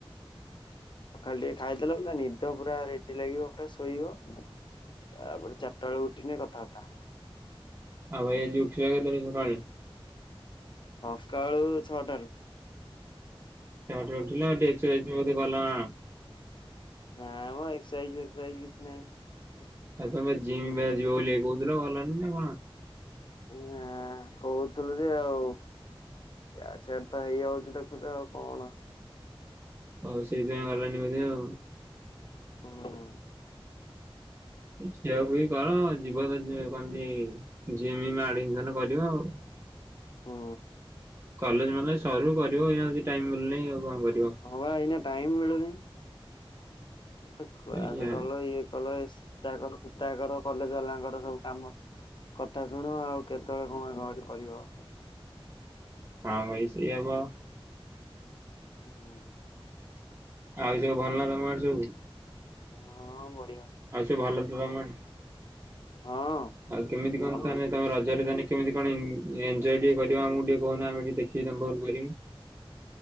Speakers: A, on the left; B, on the right.
A: ପଖାଳ ଟିକେ ଖାଇଦେଲ ପୁରା ନିଦ ପୁରା ରେଡି ଲାଗିବ ପୁରା ଶୋଇବ। ତାପରେ ଚାରିଟା ବେଳେ ଉଠିନେ କଥାବାର୍ତ୍ତା।
B: ଆଉ ଏଜି ଉଠିଲ କେତଳେ ସକାଳେ?
A: ସକାଳୁ ଛଅଟାରୁ।
B: <unintelligible>
A: ନା ମ ଏକ୍ସସାଇଜ ଫେକ୍ସସାଇଜି କିଛି ନାହିଁ।
B: ଆଉ ତମେ ଜିମ୍ ବା ଯିବ ବୋଲି କହୁଥିଲ ଗଲାନି ନା କଣ?
A: ନା କହୁଥିଲୁ ଯେ ଆଉ ଇଆଡେ ସେଆଡ ତ ହେଇଯାଉଚି ଦେଖୁଚ ଆଉ କଣ?
B: ଓ ସେଇଥିପାଇଁ ଗଲନି ବୋଧେ ଆଉ।
A: ହଁ।
B: ଖିଆ ଖୁଇ କର ଯିବ ତ କଣନ୍ତି ଜିମ ଆଡିମସନ କରିବ ଆଉ।
A: ହୁଁ
B: କଲେଜ ନହେଲେ ସରୁ କରିବ ଏଇନା ଯଦି ମିଳୁନାହିଁ ଆଉ କଣ କରିବ।
A: ହଁ ବା ଏଇନା ଟାଇମ୍ ମିଳୁନାହିଁ। ତ କ୍ଲାସକଲ
B: ସେଇଆ
A: ଇଏ କଲ ଇସ୍ଟା କର ସେଟା କର କଲେଜ ବାଲାଙ୍କର ସବୁ କାମ। କଥା ଶୁଣ ଆଉ କେତେବେଳେ କଣ ନହେଲେ <unintelligible> କରିବ।
B: ହଁ ଭାଇ ସେଇଆ ବା।
A: ଓ ହୋ।
B: ଆଉ ସବୁ ଭଲ ନା ତମ ଆଡେ ସବୁ?
A: ହଁ ବଢିଆ।
B: ଆଉ ସବୁ ଭଲତ ତମ ଆଡେ।
A: ହଁ
B: ଆଉ କେମିତି କଣ
A: ଭଲ।
B: ତାହାନେ ତମ ରଜରେ ତାଆନେ କେମିତି କଣ ଇନ ଏନଜୟ ଟିକେ କରିବ ଆମକୁ ଟିକେ କହୁନ ଆମେ ଟିକେ ଦେଖିକି ତାଙ୍କ ପାଖରୁ କରିବୁ।